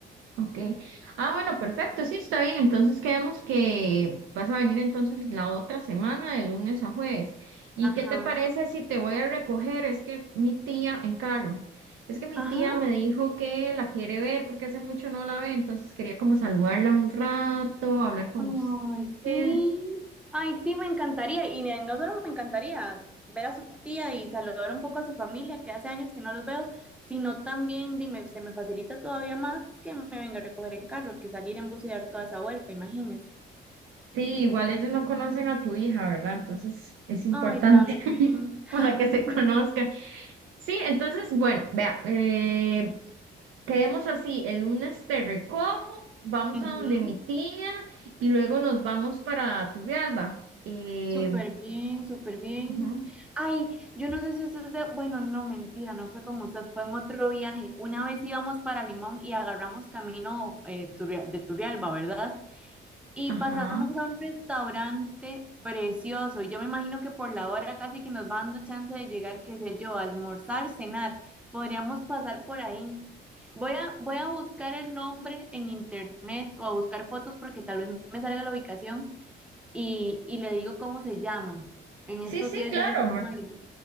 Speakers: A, on the right (about 80°); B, in the centre.
A: Ok. Ah, bueno, perfecto. Sí, está bien. Entonces quedamos que vas a venir entonces la otra semana, de lunes a jueves. ¿Y
B: Ajá.
A: qué te parece si te voy a recoger? Es que mi tía en carro. Es que mi
B: Ajá.
A: tía me dijo que la quiere ver porque hace mucho no la ve, entonces quería como saludarla un rato, hablar con
B: Ay,
A: usted.
B: sí. Ay, sí, me encantaría. Y ne- no solo me encantaría ver a su tía y saludar un poco a su familia, que hace años que no los veo, sino también, dime, se me facilita todavía más que me venga a recoger en carro, que salir en bus y dar toda esa vuelta, imagínese.
A: Sí, igual ellos no conocen a tu hija, ¿verdad? Entonces es importante
B: Ay, también.
A: <laughs> para que
B: <laughs>
A: se conozcan. Sí, entonces, bueno, vea, eh, Quedemos así, el lunes te recojo, vamos
B: Ujú.
A: a donde mi tía y luego nos vamos para Turrialba. Eh,
B: Súper bien, súper bien.
A: Ujú.
B: Ay, yo no sé si usted se... Bueno, no, mentira, no fue con usted, fue en otro viaje. Una vez íbamos para Limón y agarramos camino eh, Turria- de Turrialba, ¿verdad? Y
A: ajá.
B: pasamos a un restaurante precioso. Y yo me imagino que por la hora casi que nos va dando chance de llegar, qué sé yo, a almorzar, cenar. Podríamos pasar por ahí. Voy a, voy a buscar el nombre en internet o a buscar fotos porque tal vez me salga la ubicación y, y le digo cómo se llama. En estos
A: Sí, sí,
B: días
A: claro.
B: yo le recuerdo,
A: me-